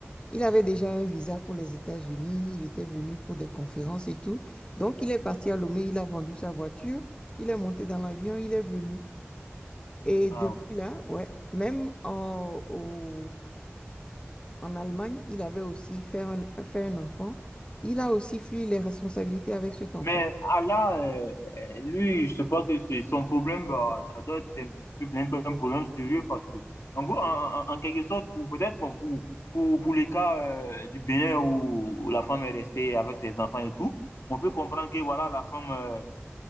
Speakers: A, on the left; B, on the left.
A: Il avait déjà
B: Oui.
A: un visa pour les États-Unis, il était venu pour des conférences et tout. Donc, il est parti à Lomé, il a vendu sa voiture, il est monté dans l'avion, il est venu. Et
B: Ah
A: depuis
B: ouais.
A: là, ouais, même en, au en Allemagne, il avait aussi fait un, fait un enfant. Il a aussi fui les responsabilités avec cet enfant.
B: Mais Allah, euh, euh, lui, je sais pas que c'est son problème, bah, ça doit être un peu, un peu un problème sérieux parce que, en gros, en, en- en quelque sorte, pour peut-être, bon, pour, pour, pour les cas euh, du Bénin où la femme est restée avec ses enfants et tout, on peut comprendre que, voilà, la femme euh,